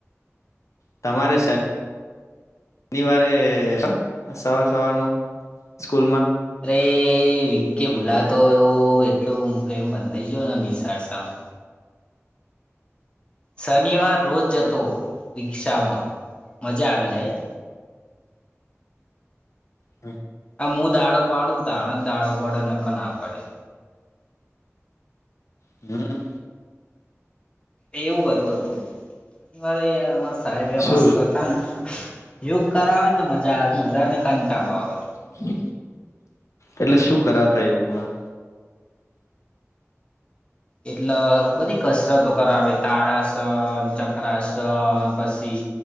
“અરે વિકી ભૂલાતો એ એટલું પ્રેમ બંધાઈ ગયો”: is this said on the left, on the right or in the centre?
Left